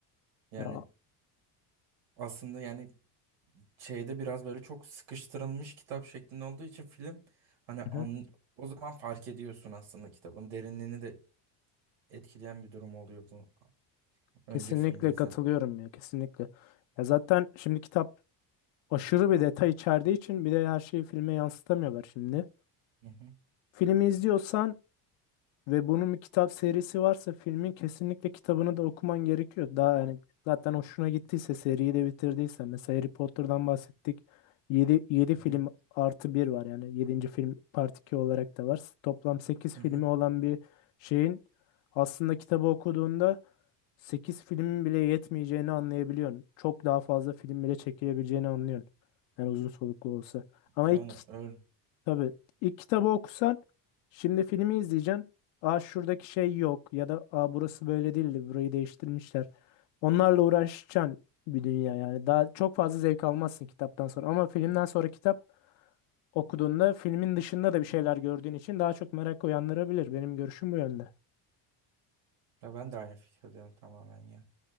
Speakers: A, on the right; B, on the left.
A: Yani
B: Ya
A: aslında yani şeyde biraz böyle çok sıkıştırılmış kitap şeklinde olduğu için film hani an,
B: Hı hı.
A: o zaman fark ediyorsun aslında kitabın derinliğini de etkileyen bir durum oluyor bu önce
B: Kesinlikle
A: filmi izlemek.
B: katılıyorum ya kesinlikle. Ya zaten şimdi kitap aşırı bir detay içerdiği için bir de her şeyi filme yansıtamıyorlar şimdi.
A: Hı hı,
B: Filmi izliyorsan Ve bunun bir kitap serisi varsa filmin kesinlikle kitabını da okuman gerekiyor. Daha yani zaten hoşuna gittiyse seriyi de bitirdiyse mesela Harry Potter'dan bahsettik. yedi yedi
A: hı hı,
B: film artı bir var yani yedinci film part 2 olarak da var. Toplam sekiz
A: hı
B: filmi
A: hı.
B: olan bir şeyin aslında kitabı okuduğunda 8 filmin bile yetmeyeceğini anlayabiliyorsun. Çok daha fazla film bile çekilebileceğini anlıyorsun. Yani uzun soluklu olsa. Ama
A: Yani
B: ilk
A: öyle.
B: Tabii ilk kitabı okusan şimdi filmi izleyeceksin. Aa şuradaki şey yok ya da aa burası böyle değildi burayı değiştirmişler. Onlarla uğraşacaksın bir dünya yani. Daha çok fazla zevk almazsın kitaptan sonra ama filmden sonra kitap okuduğunda filmin dışında da bir şeyler gördüğün için daha çok merak uyandırabilir. Benim görüşüm bu yönde.
A: Ya ben de aynı fikirdeyim tamamen ya.